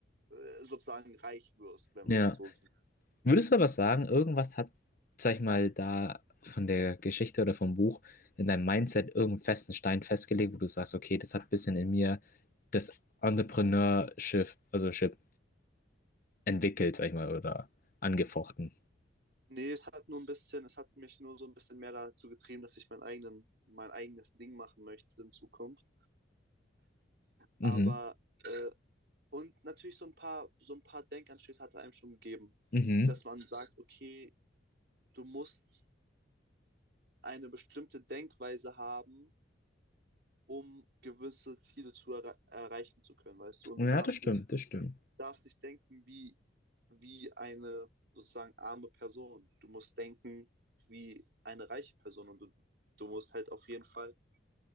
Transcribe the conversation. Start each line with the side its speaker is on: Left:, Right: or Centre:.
Right: äh, sozusagen reich wirst, wenn
Left: Ja.
Right: man so sieht.
Left: Würdest du aber sagen, irgendwas hat, sag ich mal, da von der Geschichte oder vom Buch in deinem Mindset irgendeinen festen Stein festgelegt, wo du sagst, okay, das hat ein bisschen in mir das Entrepreneurship, also Ship entwickelt, sag ich mal, oder angefochten.
Right: Nee, es hat nur ein bisschen, es hat mich nur so ein bisschen mehr dazu getrieben, dass ich meinen eigenen, mein eigenes Ding machen möchte in Zukunft.
Left: Mhm,
Right: Aber äh, und natürlich so ein paar, so ein paar Denkanstöße hat es einem schon gegeben,
Left: mhm.
Right: dass man sagt, okay, du musst eine bestimmte Denkweise haben, um gewisse Ziele zu erre erreichen zu können, weißt du? Und
Left: Ja,
Right: du darfst
Left: das stimmt,
Right: nicht
Left: das stimmt.
Right: darfst nicht denken wie, wie eine sozusagen arme Person. Du musst denken wie eine reiche Person und du, du musst halt auf jeden Fall